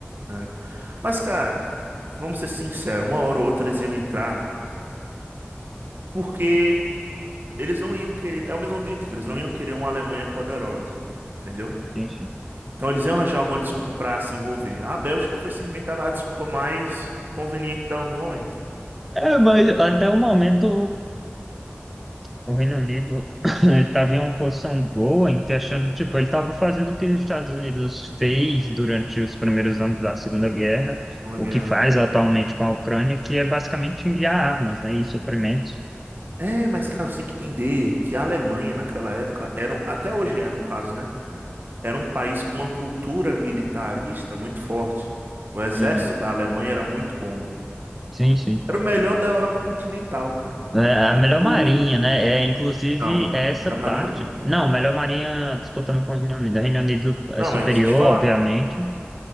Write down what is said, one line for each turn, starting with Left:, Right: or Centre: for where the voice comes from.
Right: né? Mas, cara, vamos ser sinceros, uma hora ou outra eles iam entrar, porque... Eles não iam querer, é o mesmo objetivo, eles não iam querer uma Alemanha poderosa, entendeu?
Centre: Enfim.
Right: Então eles iam arranjar alguma desculpa pra se envolver. A Bélgica foi simplesmente a desculpa mais conveniente da- do momento.
Centre: É, mas até o momento O Reino Unido <clears throat> ele estava em uma posição boa em questão de, tipo, ele estava fazendo o que os Estados Unidos fez durante os primeiros anos da Segunda Guerra,
Right: Numa
Centre: o
Right: guerra.
Centre: que faz atualmente com a Ucrânia, que é basicamente enviar armas, né, e suprimentos.
Right: É, mas cara, você tem que entender que a Alemanha naquela época era, um- até hoje é no caso, né? Era um país com uma cultura militarista muito forte. O exército
Centre: Uhum.
Right: da Alemanha era muito bom.
Centre: Sim, sim.
Right: Era o melhor da Europa continental, cara.
Centre: É a melhor marinha,
Right: Russos.
Centre: né? É, inclusive,
Right: Não,
Centre: é essa
Right: melhor
Centre: parte.
Right: marinha não.
Centre: Não, melhor marinha disputando com o Reino Unido. O Reino Unido é
Right: Não,
Centre: superior,
Right: mas te falar.
Centre: obviamente.